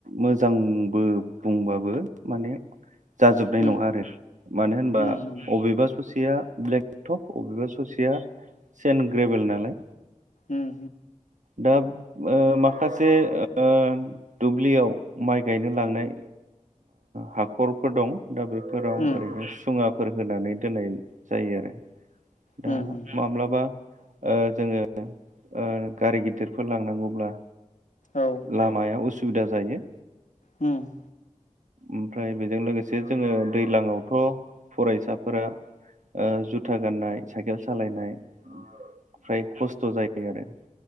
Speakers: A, on the right (about 80°); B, on the left (about 85°).
A: मोज ‌जांबो बुंबाबो माने जाजोबनाय
B: उम
A: नङा आरो मानो होनबा
B: उम उम
A: अबेबा ससे सेया ब्लेकटप अबेबा ससेया चेन ग्रेबेल नालाय
B: उम
A: दाब ओ माखासे दुब्लियाव माइ गायनो लांनाय हाखरफोर दं। दा बेफोराव
B: उम
A: ओरैनो सुङा फोर होनानै दोनै जायो आरो दा
B: उम उम
A: माब्लाबा ओ जोङो ओ गारि गिदिरफोर लांनांगौब्ला
B: औ
A: लामाायाव उसुब सुबिदा जायो
B: होम
A: ओमफ्राय बेजों लोगोसे जोङो दैज्लांवथ' फरायसाफोरा ओ जुथा गाननाय साइकेल सालायनाय। फ्राय खस्थ' जायो आरो